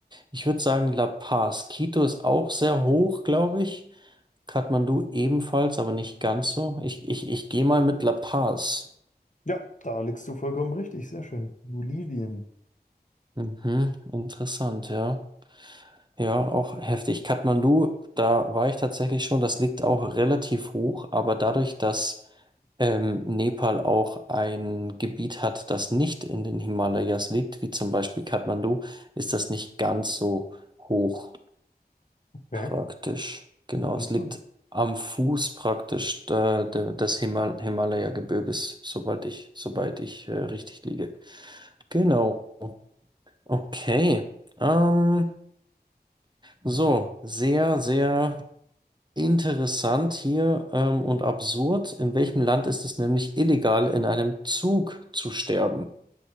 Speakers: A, on the right (about 25°); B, on the left (about 50°).
A: ich würde sagen La Paz. Quito ist auch sehr hoch, glaube ich. Kathmandu ebenfalls, aber nicht ganz so. Ich, ich, ich gehe mal mit La Paz.
B: Ja, da liegst du vollkommen richtig. Sehr schön. Bolivien.
A: Mhm, interessant, ja. Ja, auch heftig. Kathmandu, da war ich tatsächlich schon, das liegt auch relativ hoch, aber dadurch, dass ähm, Nepal auch ein Gebiet hat, das nicht in den Himalayas liegt, wie zum Beispiel Kathmandu, ist das nicht ganz so hoch.
B: Okay,
A: Praktisch, genau.
B: interessant.
A: Es liegt am Fuß praktisch äh, de- des Himal Himalaya-Gebirges, sobald ich, sobald ich äh, richtig liege. Genau. Okay. Ähm, so, sehr, sehr interessant hier ähm, und absurd. In welchem Land ist es nämlich illegal, in einem Zug zu sterben?